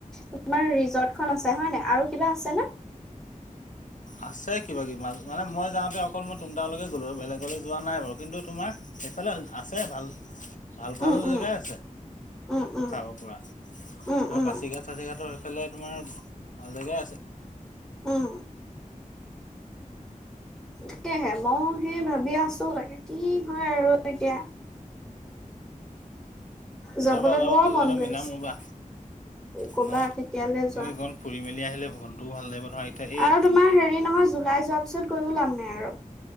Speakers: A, in the centre; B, on the left (about 65°).
A: তোমাৰ ৰিজৰ্ট খন আছে হয় নাই আৰু কিবা আছে না
B: আছে কিবা কিবা মানে মই যাওঁতে অকল মই তোংটাংলৈকে গ'লোঁ বেলেগলৈ যোৱা নাই বাৰু কিন্তু তোমাৰ সেফালে আছে ভাল ভাল ভাল
A: উম, উম,
B: জেগাই আছে
A: উম, উম,
B: চাব পৰা
A: উম,
B: ধৰা
A: উম,
B: পাচি ঘাট চাচিঘাটৰ সেফালে তোমাৰ ভাল জেগা আছে
A: উম তাকেহে ময়ো সেই ভাবি আছো তাকে কি হয় আৰু এতিয়া
B: ওলাবা
A: যাবলৈ
B: ওলাবা‌
A: বৰ
B: মই কিবা
A: মন
B: এটা
A: গৈছে।
B: মিলাম ৰবা
A: ক'বা
B: ধৰা
A: কেতিয়ালৈ
B: তুমি
A: যোৱা
B: ‌অকণ‌ ফুৰি মেলি আহিলে মনটোও ভাল লাগিব ধৰা এতিয়া এই
A: আৰু তোমাৰ হেৰি নহয় জুলাই যোৱাৰ পিছত গৈয়ো লাভ নাই আৰু